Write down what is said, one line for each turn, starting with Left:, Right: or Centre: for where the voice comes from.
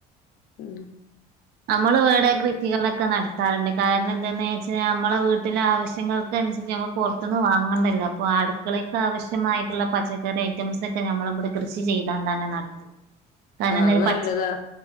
Left: ഉ
Right: നമ്മള് വേടക്ക കുട്ടികളൊക്കെ നടത്താറുണ്ട് കാരണം എന്താെന്ന് വെച്ചാൽ നമ്മെ വീട്ടിലെ ആവശ്യങ്ങൾക്ക അനുസരിച്ച് നമ്മൾ കുറ അന്ന് വാങ്ങണ്ടല്ല ഇപ്പൊ അടുക്കളക്ക ആവശ്യമായിട്ടുള്ള പച്ചക്കറി ഐറ്റംസ് ഒക്കെ നമ്മള ഇവിടെ കൃഷി ചെയ്താ തന്നെ നടത്തിത് കാര എന്ത
Left: അത്
Right: പച്ച
Left: നല്ലതാ